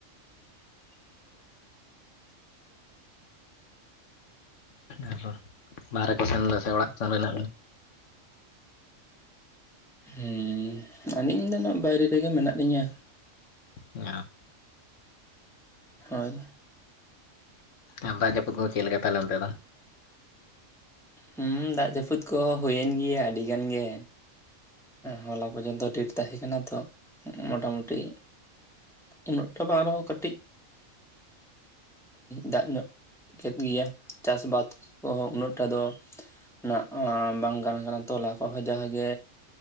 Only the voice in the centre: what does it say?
<unintelligible>
ᱦᱮᱸ ᱟᱹᱞᱤᱧ ᱫᱚ ᱟᱜ ᱵᱟᱭᱨᱮ ᱨᱮᱜᱮ ᱢᱮᱱᱟᱜ ᱞᱤᱧᱟᱹ
ᱦᱳᱭ
ᱦᱮᱸ ᱫᱟᱜ ᱡᱟᱹᱯᱩᱫ ᱠᱚ ᱦᱩᱭᱮᱱ ᱜᱮᱭᱟ ᱟᱹᱰᱤ ᱜᱟᱱ ᱜᱮ ᱦᱚᱞᱟ ᱯᱚᱨᱡᱚᱱᱛᱚ ᱰᱮᱴ ᱛᱟᱦᱮᱸ ᱠᱟᱱᱟ ᱛᱚ ᱢᱳᱴᱟᱢᱩᱴᱤ ᱩᱱᱟᱹᱜ ᱴᱟ ᱵᱟᱝ ᱟᱨᱚ ᱠᱟᱹᱴᱤᱡ ᱫᱟᱜ ᱧᱚᱜ ᱠᱮᱫ ᱜᱮᱭᱟ ᱪᱟᱥᱵᱟᱫ ᱠᱚᱦᱚᱸ ᱩᱱᱟᱹᱜ ᱴᱟ ᱫᱚ ᱢᱟᱜ ᱵᱟᱝ ᱜᱟᱱ ᱠᱟᱱᱟ ᱛᱚᱞᱟ ᱠᱚᱦᱚᱸ ᱡᱟᱦᱟᱜᱮ